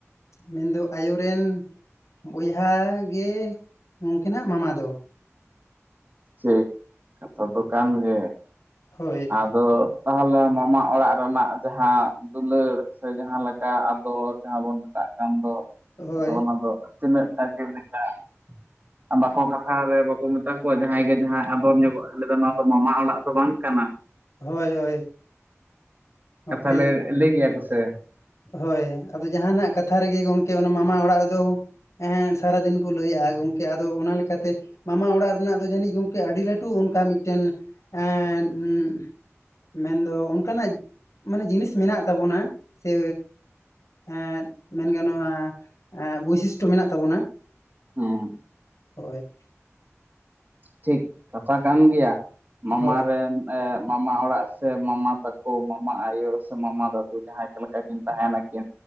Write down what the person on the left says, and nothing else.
ᱢᱮᱱᱫᱚ ᱟᱭᱳ ᱨᱮᱱ ᱵᱚᱭᱦᱟ ᱜᱮ ᱜᱚᱝᱠᱮᱱᱟᱜ ᱢᱟᱢᱟ ᱫᱚ,
ᱦᱳᱭ
ᱦᱳᱭ
ᱦᱳᱭ ᱦᱳᱭ ᱜᱚᱝᱠᱮ
ᱦᱳᱭ ᱟᱫᱚ ᱡᱟᱦᱟᱱᱟᱜ ᱠᱟᱛᱷᱟ ᱨᱮᱜᱮ ᱜᱚᱝᱠᱮ ᱚᱱᱟ ᱢᱟᱢᱟ ᱚᱲᱟᱜ ᱫᱚ ᱮᱸ ᱥᱟᱨᱟᱫᱤᱱ ᱠᱚ ᱞᱟᱹᱭᱟᱜᱼᱟ, ᱜᱚᱝᱠᱮ ᱟᱫᱚ ᱚᱱᱟ ᱞᱮᱠᱟᱛᱮ ᱢᱟᱢᱟ ᱚᱲᱟᱜ ᱨᱮᱱᱟᱜ ᱫᱚ ᱡᱟᱹᱱᱤᱡ ᱜᱚᱝᱠᱮ ᱟᱹᱰᱤ ᱞᱟᱹᱴᱩ ᱚᱱᱠᱟ ᱢᱤᱫᱴᱮᱱ ᱮᱸ ᱩᱸᱜ᱾ ᱢᱮᱱᱫᱚ ᱚᱱᱠᱟᱱᱟᱜ ᱢᱟᱱᱮ ᱡᱤᱱᱤᱥ ᱢᱮᱱᱟᱜ ᱛᱟᱵᱚᱱᱟ ᱾ ᱥᱮ ᱮᱸ ᱢᱮᱱ ᱜᱟᱱᱚᱜᱼᱟ ᱵᱳᱭᱥᱤᱥᱴᱚ ᱢᱮᱱᱟᱜ ᱛᱟᱵᱚᱱᱟ᱾
ᱦᱳᱭ
ᱦᱳᱭ